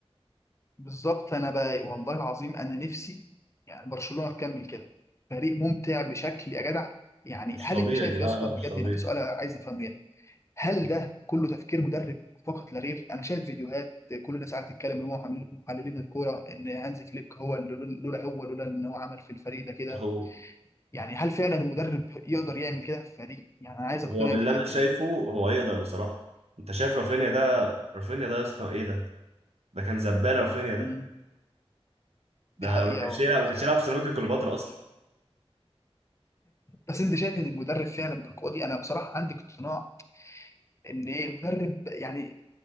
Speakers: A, on the left; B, on the right.
A: بالظبط أنا بقى والله العظيم أنا نفسي يعني برشلونة تكمل كده فريق ممتع بشكل يا جدع يعني
B: مش
A: هل
B: طبيعي
A: أنت شايف
B: لا
A: يا اسطى
B: لا
A: بجد
B: مش طبيعي
A: أنا في سؤال عايز أفهمه يعني هل ده كله تفكير مدرب فقط لا غير أنا شايف فيديوهات كل الناس قاعدة تتكلم إن هو محلل- محللين الكورة إن هانز فليك هو اللي- لولا هو لولا إن هو عمل في الفريق ده كده
B: هو
A: يعني هل فعلا المدرب يقدر يعمل كده في فريق يعني أنا عايز أقتنع
B: هو باللي
A: بالحتة
B: أنا شايفه
A: دي
B: هو يقدر بصراحة أنت شايف رافينيا ده رافينيا ده يا اسطى إيه ده ده كان زبالة رافينيا ده
A: مم.
B: ده
A: دي حقيقة
B: ما كانش
A: والله
B: يلعب ما
A: فعلا
B: كانش يلعب في سيراميكا كليوباترا أصلا
A: بس انت شايف ان المدرب فعلا بالقوه دي انا بصراحه عندي اقتناع ان ايه المدرب يعني